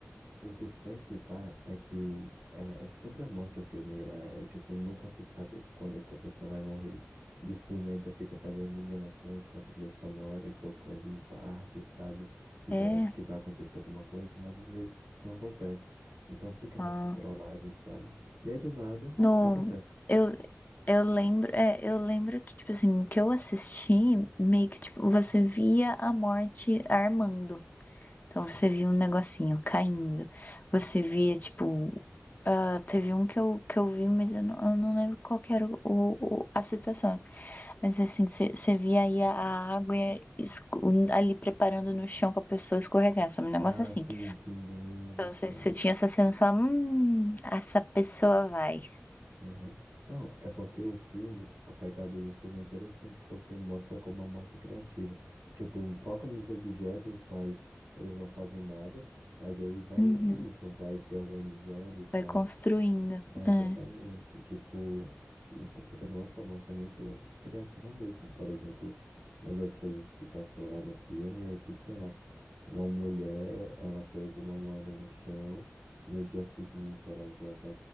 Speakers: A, on the right (about 80°); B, on the left (about 35°).
A: O suspense, tá? É que é é sobre a morte o filme. É, é tipo, nunca se sabe quando é que a pessoa vai morrer. E o filme ainda fica fazendo enganações com a trilha sonora e focando em partes, sabe? Que
B: É.
A: parece que vai acontecer alguma coisa, mas às vezes não acontece. Então fica
B: ah,
A: nessa trollagem, sabe? E aí do nada,
B: no,
A: acontece.
B: eu, eu lembro, é, eu lembro que, tipo assim, que eu assisti, meio que, tipo, você via a morte armando. Então você via um negocinho caindo. Você via, tipo, ah, teve um que eu, que eu vi, mas eu não, eu não lembro qual que era o, o- a situação. Mas assim, você você via aí a água e ali preparando no chão pra pessoa escorregar. Sabe? Um negócio
A: Ah,
B: assim.
A: sim, pingando
B: Então
A: e tal.
B: você, você tinha essa cena e falava, hum, essa pessoa vai.
A: Aham. Não, é porque o filme, a pegada do filme é interessante, porque mostra como uma morte é criativa. Tipo, foca nos objetos, mas eles não fazem nada, mas aí vai
B: Uhum.
A: isso, vai se organizando e tal.
B: Vai construindo.
A: É, exatamente.
B: É.
A: Tipo, e tu fica, nossa, a morte é muito criativa mesmo. Por exemplo, uma das coisas que passou lá no filme é que, sei lá, uma mulher, ela pegou uma moeda no chão e no dia seguinte ela usou essa,